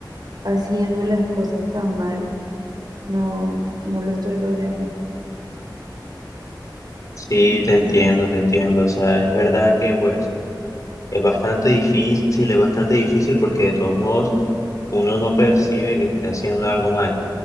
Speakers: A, on the right (about 60°); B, on the left (about 45°).
A: haciendo las cosas tan mal, no, no lo estoy logrando.
B: Sí, te entiendo, te entiendo. O sea, es verdad que pues es bastante difícil, es bastante difícil porque de todos modos uno no percibe que está haciendo algo mal.